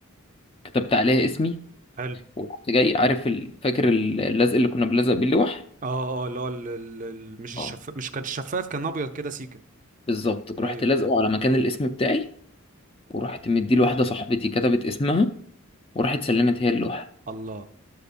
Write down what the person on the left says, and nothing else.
كتبت عليها اسمي
ورحت جاي عارف ال- فاكر ال- اللزق اللي كنا بنلزق بيه اللوح
اه
بالظبط رحت
لازقه على مكان الاسم بتاعي ورحت مديه لواحده صاحبتي كتبت اسمها وراحت سلمت هي اللوحه